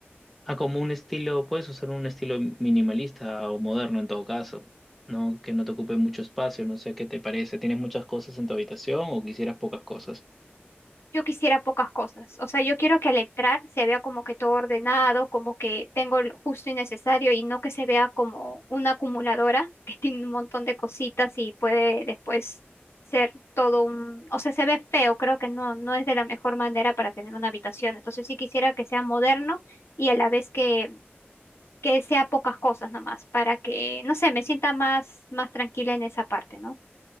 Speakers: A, in the centre; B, on the left.
A: Ah, como un estilo, puedes usar un estilo minimalista o moderno en todo caso, ¿no? Que no te ocupe mucho espacio, no sé qué te parece. ¿Tienes muchas cosas en tu habitación o quisieras pocas cosas?
B: yo quisiera pocas cosas. O sea, yo quiero que al entrar se vea como que todo ordenado, como que tengo lo justo y necesario y no que se vea como una acumuladora <laughs> que tiene un montón de cositas y puede después ser todo un... O sea, se ve feo, creo que no, no es de la mejor manera para tener una habitación. Entonces sí quisiera que sea moderno y a la vez que, que sea pocas cosas nomás, para que, no sé, me sienta más, más tranquila en esa parte, ¿no?